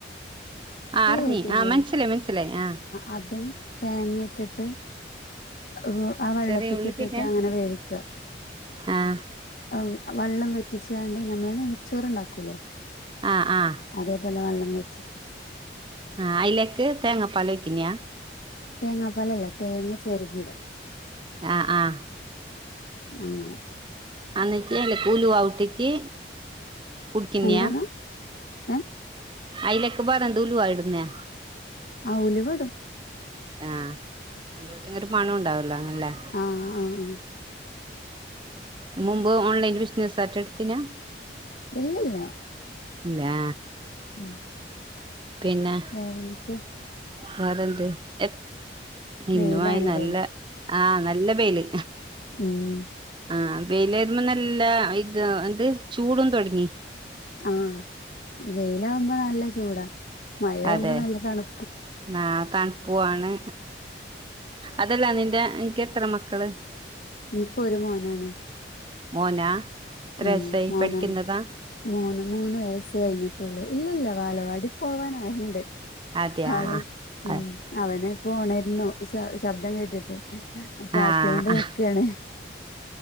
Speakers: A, on the right; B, on the left.
A: ആഹ് അർഞ്ഞി
B: കേട്ടില്ലേ
A: ആഹ് മനസ്സിലായി മനസ്സിലായി ആഹ്
B: അതും തേങ്ങിം ട്ടിട്ട് വ് ആ വെള്ളത്ത്ക്ക്
A: ചെറിയ ഉള്ളി
B: ട്ട്ട്ട്
A: പിന്നെ
B: അങ്ങന വേവിക്ക
A: ആഹ്
B: അവ് വള്ളം വറ്റിച്ചാണ്ട് ഞമ്മള് ന്നെയച്ചോറ്ണ്ടാക്കൂലേ
A: ആഹ് ആഹ്
B: അതേപോലെ വള്ളം വെച്ചി
A: ആഹ് അയ്ലേക്ക് തേങ്ങാപ്പാലൊ യ്ക്യുന്യാ
B: തേങ്ങാപ്പാലല്ല തേങ്ങ ചെരകിടാ
A: ആഹ് ആഹ്
B: അങ്ങനെ
A: അന്നിച്ചി എല കുലു ഔട്ടിച് കുടിക്യുന്ന
B: എന്താ പറഞ്ഞെ ഏഹ്
A: അയ്ലക്ക്ബാടെ ഏന്തൂലു ഇടുന്നെ
B: ആഹ് ഉലുവ ടും
A: ആഹ് ഉലൂട്ട് ഒരു മണും ണ്ടാവുല്ലൊ അല്ലേ
B: ആഹ് ആഹ് ആഹ്
A: മുമ്പ് ഓൺലൈൻ ബിസിനസ്സ് സാറ്റെട്ത്തിനാ
B: ഇല്ല ല്ലാ
A: ഇല്ലാ
B: ഉമ്
A: പിന്നേ
B: വേറെന്തെക്കെ
A: വേറന്ത് എത് ഇന്നുവായിൽ
B: വെയിലാണല്ലേ
A: നല്ല ആഹ് നല്ല വെയ്ല്
B: ഉം
A: ആഹ് ബെയ്ലേരുമം നല്ല ഇത് എന്ത് ചൂടും തൊട്ങ്ങി
B: ആഹ് വെയിലാമ്പോ നല്ല ചൂടാ മഴ ആമ്പോ
A: അതെ
B: ന്നല്ല തണു
A: ആഹ് തണുപ്പൂ ആണ് അതല്ലാ നിന്റെ നിൻക്ക് എത്ര മക്കള്
B: ഇൻക്ക് ഒരു മോനാണ്
A: മോനാ എത്ര
B: ഉം
A: വയസ്സായി
B: മോനാണ്
A: പഠിക്കുന്നതാ
B: മൂന്ന് മൂന്ന് വയസ്സ് കഴിഞ്ഞിട്ടുള്ളു ഇല്ല ല്ല വാലവാടി പോവാനായ്ണ്ട്
A: അതെയാ
B: ആള് മ്
A: ആഹ്
B: അവനെ പ്പോ ഒണര്ണു ശ ശബ്ദം കേട്ടിട്ട് പാട്ടിയോണ്ട്
A: ആഹ്
B: നിക്കാണ്